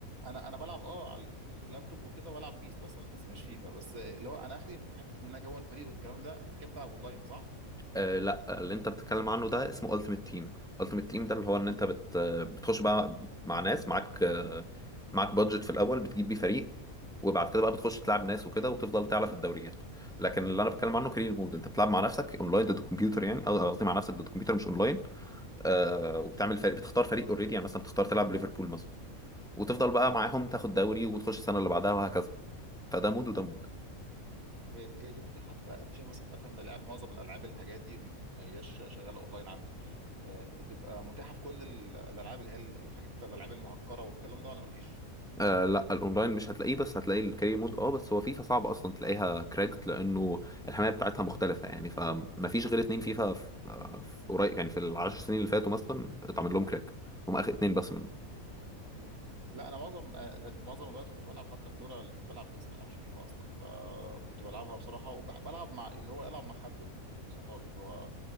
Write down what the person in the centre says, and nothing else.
آه لا اللي انت بتتكلم عنه ده اسمه Ultimate Team Ultimate Team ده اللي هو ان انت بت بتخش بقى مع ناس معاك آه، معاك بادجت في الاول بتجيب بيه فريق وبعد كده بقى بتخش تلعب ناس وكده وتفضل تعلى في الدوريات لكن اللي انا بتكلم عنه كارير مود انت بتلعب مع نفسك اونلاين ضد الكمبيوتر يعني أو- قصدي مع نفسك ضد الكمبيوتر مش اونلاين آه وبتعمل فريق بتختار فريق اوريدي يعني مثلا بتختار تلعب ليفربول مثلا وتفضل بقى معاهم تاخد دوري وتخش السنه اللي بعدها وهكذا فده مود وده مود
آه لا الاونلاين مش هتلاقيه بس هتلاقي الكارير مود اه بس هو فيفا صعب اصلا تلاقيها كراكت لانه الحمايه بتاعتها مختلفه يعني فما فيش غير اتنين فيفا في آه، في قريب يعني في العشر سنين اللي فاتوا مثلا اتعمل لهم كراك هم اخر اتنين بس منهم